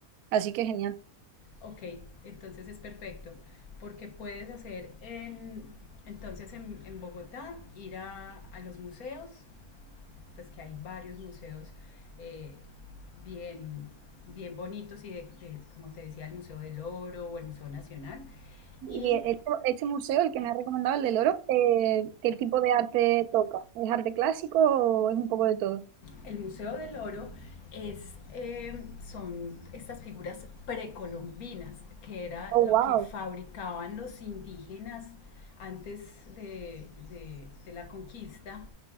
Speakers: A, on the right; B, on the left.
A: Así que genial.
B: ok, entonces es perfecto. Porque puedes hacer en, entonces en, en Bogotá, ir a, a los museos, pues que hay varios museos eh, bien, bien bonitos y de, de- como te decía, el Museo del Oro o el Museo Nacional.
A: Y
B: Y
A: este, este museo, el que me ha recomendado, el del Oro, eh, ¿qué tipo de arte toca? ¿Es arte clásico o es un poco de todo?
B: El Museo del Oro es, eh, son estas figuras precolombinas, que era
A: Oh,
B: lo
A: wow.
B: que fabricaban los indígenas antes de, de- de la conquista.